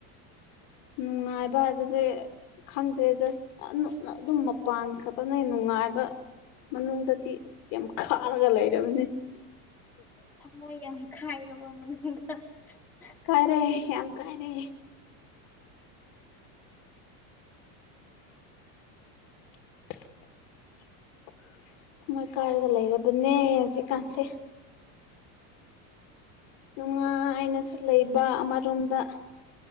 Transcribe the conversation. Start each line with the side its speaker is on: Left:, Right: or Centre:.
Left: ꯅꯨꯡꯉꯥꯏꯕ ꯍꯥꯏꯕꯁꯦ ꯈꯪꯗꯦ ꯖꯁ ꯑꯗꯨꯝ ꯃꯄꯥꯟ ꯈꯛꯇꯅ ꯅꯨꯡꯉꯥꯏꯕ ꯃꯅꯨꯡꯗꯗꯤ ꯑꯁ ꯌꯥꯝ ꯈꯥꯔꯒ ꯂꯩꯔꯦ ꯀꯅꯦ
Centre: ꯊꯃꯣꯏ ꯌꯥꯝ ꯀꯥꯏꯔꯕ <unintelligible>
Left: ꯀꯥꯏꯔꯦ ꯌꯥꯝ ꯀꯥꯏꯔꯦ <unintelligible> ꯃꯣꯏ ꯀꯥꯏꯔꯒ ꯂꯩꯔꯕꯅꯦ ꯍꯧꯖꯤꯛꯀꯥꯟꯁꯦ ꯅꯨꯡꯉꯥꯏꯅꯁꯨ ꯂꯩꯕ ꯑꯃꯔꯣꯝꯗꯣꯝ